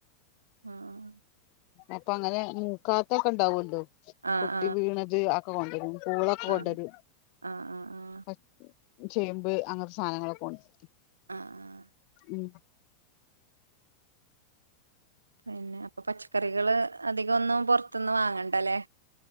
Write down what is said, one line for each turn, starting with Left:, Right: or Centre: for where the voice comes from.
Right: ആ ഹ്
Left: അപ്പൊ അങ്ങനെ മൂക്കാത്തെ ഒക്കെ ഇണ്ടാവല്ലോ
Right: ആഹ്
Left: പൊട്ടി വീണത് ഒക്കെ കൊണ്ടരും പൂളൊക്കെ കൊണ്ടരും
Right: ആഹ് ആഹ് ആഹ് ആഹ് ആഹ്
Left: പ ചേമ്പ് അങ്ങനത്തെ സാധനങ്ങളൊക്കെ കൊണ്ട് -
Right: ആഹ് ആഹ്
Left: ഉം
Right: പിന്നെ അപ്പൊ പച്ചക്കറികള് അധികം ഒന്നും പൊറത്ത്ന്ന് വാങ്ങണ്ടല്ലേ?